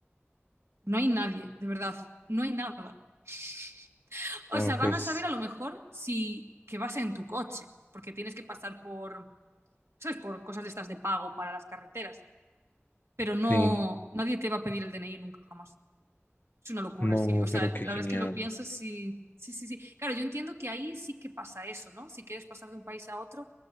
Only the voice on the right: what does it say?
no hay nadie, de verdad, no hay nada. <laughs> O
sea, van
a saber a lo mejor si que vas en tu coche, porque tienes que pasar por, ¿sabes? Por cosas de estas de pago para las carreteras. pero no,
nadie te va a pedir el DNI nunca jamás. Es una locura,
sí. O sea,
la
verdad
es que lo piensas sí, sí, sí, sí. Claro, yo entiendo que ahí sí que pasa eso, ¿no? Si quieres pasar de un país a otro,